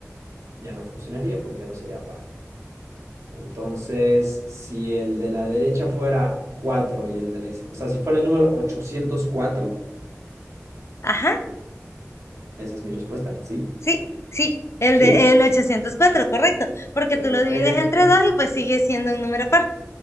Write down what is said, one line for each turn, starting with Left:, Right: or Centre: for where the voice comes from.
Right: ya no funcionaría porque ya no sería par. Entonces, si el de la derecha fuera 4 y el de la izquierda, o sea, si fuera el número 804,
Left: ajá.
Right: esa es mi respuesta, sí.
Left: Sí, sí, el
Right: ¿Sí?
Left: de el 804, correcto, porque
Right: Perfecto,
Left: tú lo divides entre dos y pues sigue siendo un número par.